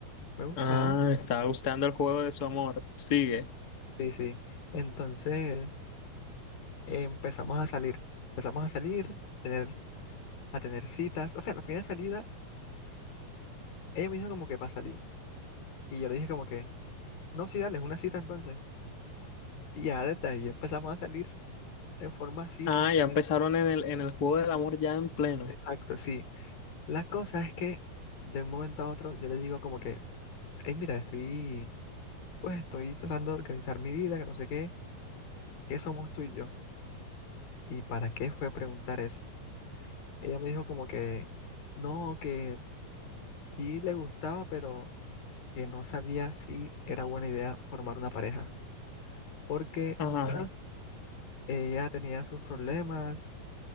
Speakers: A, on the left; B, on the left.
A: me gustaba.
B: Ah, estaba gustando el juego de su amor. Sigue.
A: Sí, sí. Entonces eh, empezamos a salir, empezamos a salir, tener, a tener citas. O sea, la primera salida, ella me dijo como que para salir. Y yo le dije como que, no, sí, dale, es una cita entonces. Y ya desde ahí empezamos a salir en forma cita,
B: Ah,
A: en plan,
B: ya empezaron en el, en el juego del amor ya en pleno.
A: exacto, sí. La cosa es que de un momento a otro yo le digo como que, hey, mira, estoy Pues estoy tratando de organizar mi vida, que no sé qué, qué somos tú y yo. ¿Y para qué fue a preguntar eso? Ella me dijo como que no, que sí le gustaba, pero que no sabía si era buena idea formar una pareja, porque
B: Ajá.
A: ajá, ella tenía sus problemas,